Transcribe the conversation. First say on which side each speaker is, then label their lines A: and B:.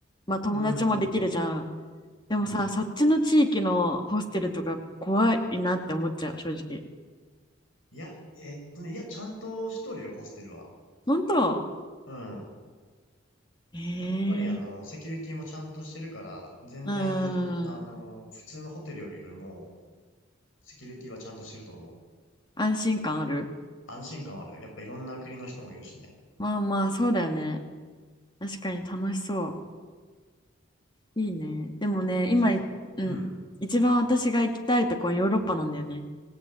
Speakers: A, on the left; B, on the left.
A: まあ友達もできるじゃん。
B: うん、
A: でもさ、
B: うん。
A: そっちの地域のホステルとか怖いなって思っちゃう、正直。
B: いや、えっとね、いや、ちゃんとしとるよ、ホステルは。
A: 本当
B: うん。
A: ええ
B: やっぱりあの、セキュリティもちゃんとしてるから、全然、
A: うー
B: あの、
A: ん。
B: 普通のホテルよりよりも、セキュリティはちゃんとしてると思う。
A: 安心感ある
B: 安心感はある。やっぱいろんな国の人もいるしね。
A: まあまあ、そうだよね。確かに楽しそう。いいね。でもね、今い、
B: ちな、
A: うん。
B: うん。
A: 一番私が行きたいとこはヨーロッパなんだよね。